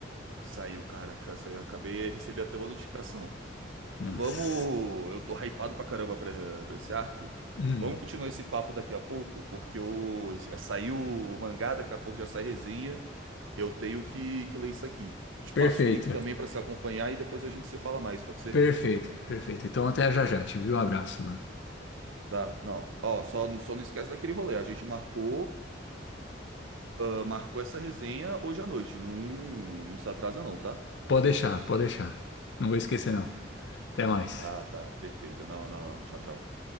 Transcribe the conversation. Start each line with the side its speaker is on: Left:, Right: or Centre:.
Right: saiu, cara, cara, saiu, acabei, recebi até uma notificação.
Left: Nossa.
Right: Vamos. Eu tô hypado pra caramba pra, pra esse arco.
Left: Hum,
Right: Vamos continuar esse papo daqui a pouco, porque o... já saiu o mangá, daqui a pouco já sai resenha. Eu tenho que, que ler isso aqui. Eu te
Left: perfeito.
Right: passo o link também pra se acompanhar e depois a gente se fala mais, pode ser?
Left: Perfeito, perfeito. Então até já já, te viu? Um abraço, mano.
Right: Tá, não. Ó, só, só não esquece daquele rolê. A gente marcou, ah, marcou essa resenha hoje à noite. Não, não se atrasa, não, tá?
Left: Pode deixar, pode deixar. Não vou esquecer, não. Até mais.
Right: Tá, tá, perfeito. Não, não, não. Tchau, tchau.